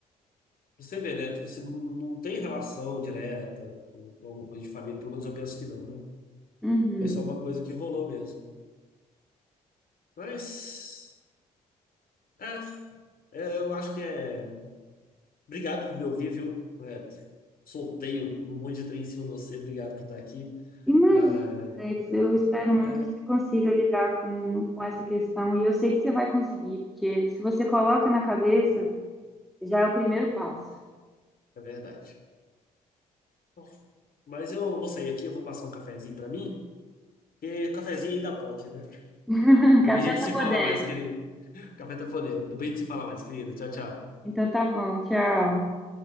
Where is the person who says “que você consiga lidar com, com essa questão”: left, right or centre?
Centre